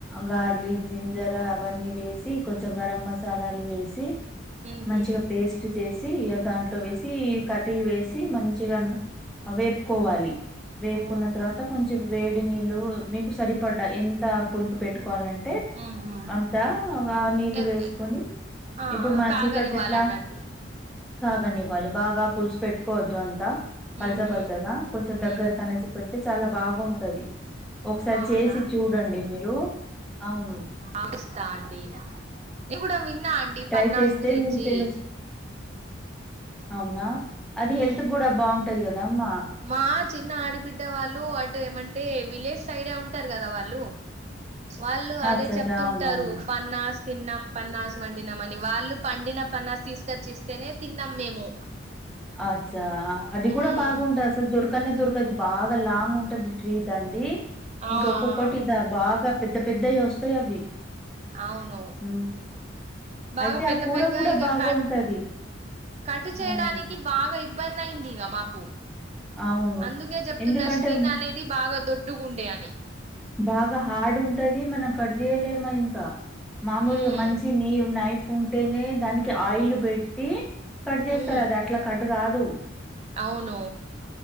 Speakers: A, in the centre; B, on the right.
A: గార్లిక్ జింజర్ అవన్నీ వేసి కొంచెం గరం మసాలాలు వేసి
B: మ్మ్
A: మంచిగా
B: హూ
A: పేస్ట్ చేసి దాంట్లో వేసి కర్రీ వేసి మంచిగా వేపుకోవాలి వేపుకున్న
B: ఓహో
A: తర్వాత కొంచెం వేడి నీళ్ళు మీకు సరిపడ్డా ఎంత పులుపు పెట్టుకు కోవాలంటే
B: ఉహు
A: అంతా ఆ నీళ్ళు
B: ఎ
A: వేసుకొని
B: ఎ ఆ
A: ఇప్పుడు మన
B: కాగనివ్వాలన్నట్టు
A: చీకన్ ఎట్లా కాగనీవాలి బాగా పుల్సు పెట్కో వద్దు అంత పల్స
B: ఉహు
A: పల్చగా కొంచెం దగ్గర
B: ఉహు
A: కనేసి పెడితే చాలా బాగా ఉంటది ఒకసారి
B: అవునా
A: చేసి చూడండి మీరు అవును
B: ఆ ఇస్తా అండి నేను కూడా విన్నా అండి
A: ట్రై
B: పన్నాస్
A: చేస్తే
B: గురించి
A: మీకు తెలుసు అవునా అది
B: ఉమ్
A: హెల్త్ కూడా బాగుంటది కదామ్మా
B: మా చిన్న ఆడిబిడ్డ వాళ్ళు అటు ఏమంటే విలేజ్ సైడే ఉంటారు కదా వాళ్ళు వాళ్ళు
A: అచ్చచ్చా
B: అదే చెప్తుంటారు
A: అవునవును
B: పన్నాస్ తిన్నాం పన్నాసు వండినాం అని వాళ్ళు పండిన పన్నాసు తీసుకొచ్చిస్తేనే తిన్నాం మేము
A: అచ్చా అది కూడా
B: ఉమ్
A: బాగుంటది అసలు దొరకనే దొర్ బాగా లాంగ్ ఉంటది ట్రీ దానిది
B: ఆ
A: ఇంక ఒక్కొక్కటి
B: ఆ
A: దా బాగా పెద్ద పెద్దయి వస్తాయ్ అవి
B: అవును
A: ఉమ్
B: బాగా
A: అయితే
B: పెద్ద
A: ఆ కూర
B: పెద్ద
A: కూడా
B: ఇక
A: బాగా
B: కట్
A: ఉంటది
B: కట్ చేయడానికి
A: అవును
B: బాగా ఇబ్బంది అయింది ఇగ మాకు
A: అవును
B: అందుకే చెప్తున్న
A: ఎందుకంటే
B: స్కిన్
A: మ
B: అనేది బాగా దొడ్డుగుండే అని
A: బాగా హార్డ్ ఉంటది మనం కట్ చేయలేము ఇంకా మామూలుగా
B: ఉమ్
A: మంచి నీ నైఫ్ ఉంటేనే దానికి ఆయిల్ పెట్టి కట్ చేస్తారు
B: ఉమ్
A: అది అట్లా కట్ కాదు
B: అవును